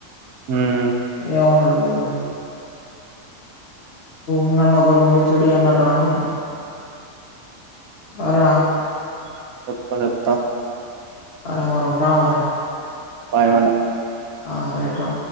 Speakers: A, on the right; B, on the left.
A: ఉమ్
B: ఏమంటడో చూద్దాం. ఉన్నాన్న ఒక రెండు వేలు సెట్ చెయ్ అన్నడురా అను. అరుణ
A: చెప్ప తెత్త
B: సరే మరి ఉంటాన్న మరి.
A: బాయ్ మల్ల
B: ఆ రైట్ రా